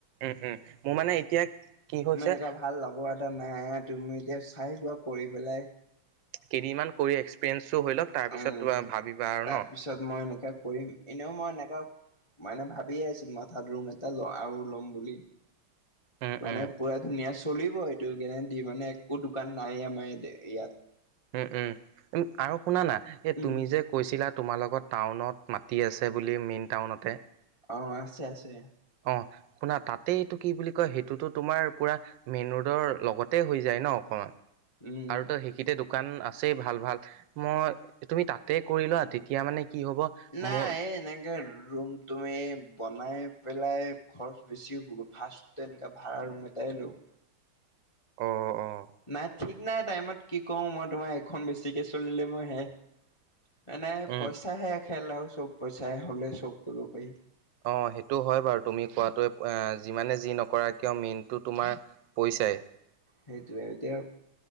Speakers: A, on the right; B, on the left.
A: উম। উম। মোৰ মানে এতিয়া কি হৈছে!
B: মই এনেকা ভাল লগৰ এটা নাই তুমি এতিয়া চাইলোৱা কৰি পেলাই।
A: কেইদিনমান কৰি এক্সপিৰিয়েঞ্চটো হৈ লওক তাৰপিছত
B: উম,
A: ভাবিবা আৰু
B: তাৰপিছত
A: ন
B: মই এনেকে কৰিম। এনেও মই এনেকুৱা মানে ভাবিয়ে আছিলোঁ, মাথাত ৰুম এটা ল আৰু ল'ম বুলি।
A: উম,
B: মানে
A: উম,
B: পুৰা ধুনীয়া চলিব এইটো, গেৰেন্টি মানে একো দোকান নাই আমাৰ ইয়াত।
A: উম, উম, আৰু শুনা না এই
B: উম
A: তুমি যে কৈছিলা তোমাৰ লোকৰ টাউনত মাটি আছে বুলি, মেইন টাউনতে।
B: অ', আছে আছে।
A: অ', শুনা তাতেই এইটো কি বুলি কয়, সেইটোতো তোমাৰ পুৰা মেইন ৰোডৰ লগতে হৈ যায় ন' অকমান,
B: উম।
A: আৰুতো সে তেতিয়া, দোকান আছেই ভাল ভাল মই তুমি তাতে কৰি লোৱা। তেতিয়া মানে কি হ'ব
B: নাই
A: মোৰ
B: এনেকে ৰুম তুমি বনাই পেলাই খৰচ বেছি হ'বগৈ। ফাৰ্ষ্টটো এনেকা ভাড়া ৰুম এটাই ল'ম।
A: অ', অ'।
B: নাই ঠিক নাই টাইমত কি কৰোঁ। মই তোমাৰ এইখন বেছিকে চলিলে মই সে মানে
A: উম,
B: পইচাহে খেল আৰু চব পইচাহ হ'লে চব কৰিব পাৰি।
A: অ', সেইটো হয় বাৰু তুমি কোৱাটোৱে, যিমানে যি নকৰা কিয় মেইনটো তোমাৰ পইচাই।
B: সেইটোৱে এতিয়া